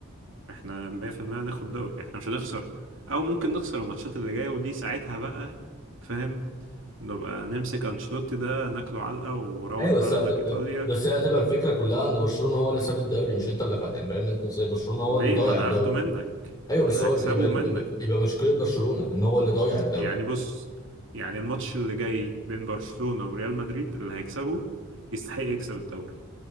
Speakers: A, on the right (about 60°); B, on the left (about 15°).
A: احنا 100% هناخد دوري احنا مش هنخسر او ممكن نخسر الماتشات اللي جاية ودي ساعتها بقى فاهم نبقى نمسك انشيلوتي ده ناكله علقة وروح
B: ايوه
A: بلدك
B: بس هتبقى
A: ايطاليا
B: بس هي هتبقى الفكره كلها ان برشلونه هو اللي ساب الدوري مش انت اللي خد يعني فاهم انت ازاي برشلونه هو
A: ليه
B: اللي ضيع
A: ما انا
B: الدوري
A: هاخده منك
B: ايوه
A: ما
B: بس
A: انا
B: هو
A: هكسبه
B: يبقى يبقى
A: منك
B: يبقى مشكله برشلونه ان هو اللي ضيع الدوري
A: يعني بص يعني الماتش اللي جاي بين برشلونة وريال مدريد اللي هيكسبه يستحق يكسب الدوري